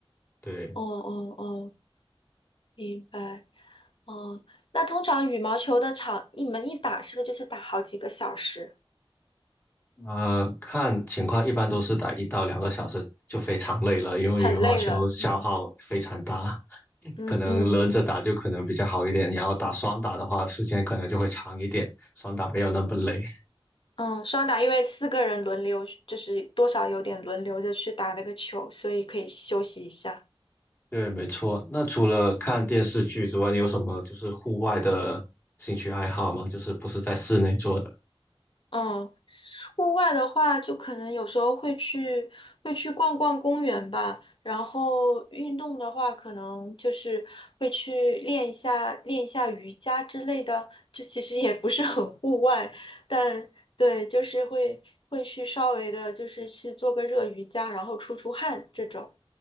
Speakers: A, on the left (about 20°); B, on the left (about 60°).
A: 对，
B: 哦哦哦，明白。哦，那通常羽毛球的场，你们一打是不是就是打好几个小时，
A: 呃，看情况一般都是打一到两个小时就非常累了，因为羽毛球消耗非常大，
B: 很累了？嗯
A: <laughs>
B: 嗯嗯
A: 可能轮着打就可能比较好一点，然后打双打的话时间可能就会长一点，双打没有那么累。
B: 嗯，双打因为四个人轮流，就是多少有点轮流着去打那个球，所以可以休息一下。
A: 对，没错。那除了看电视剧之外，你有什么就是户外的兴趣爱好吗？就是不是在室内做的？
B: 嗯，户外的话，就可能有时候会去会去逛逛公园吧。然后运动的话，可能就是会去练一下练一下瑜伽之类的。就其实也不是很户外，但对，就是会会去稍微的，就是去做个热瑜伽，然后出出汗这种。